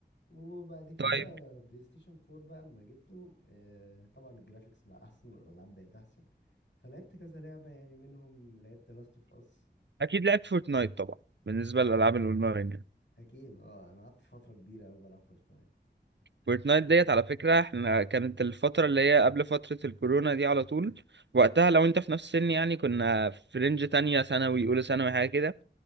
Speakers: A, on the left (about 85°); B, on the right (about 75°).
A: وبعد كده
B: طيب
A: بلاي ستيشن 4 بقى اما جبته آه، طبعا الجرافيكس بقى احسن والالعاب بقت احسن فلعبت كذا لعبة يعني منهم لعبت لاست اوف اس
B: اكيد لعبت فورتنايت طبعا بالنسبة للالعاب الاونلاين يعني.
A: اكيد اه انا قعدت فترة كبيرة قوي بلعب فورتنايت
B: فورتنايت ديت على فكرة احنا كانت الفترة اللي هي قبل فترة الكورونا دي على طول وقتها لو انت في نفس السن يعني كنا في رينج تانية ثانوي أولى ثانوي حاجة كده